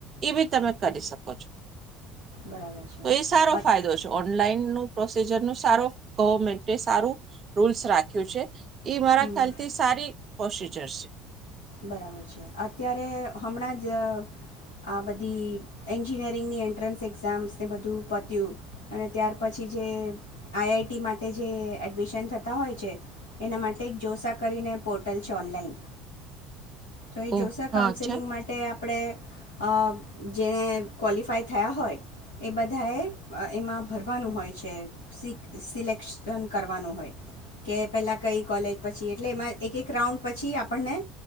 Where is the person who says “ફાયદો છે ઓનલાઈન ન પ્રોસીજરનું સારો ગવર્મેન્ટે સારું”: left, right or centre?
Right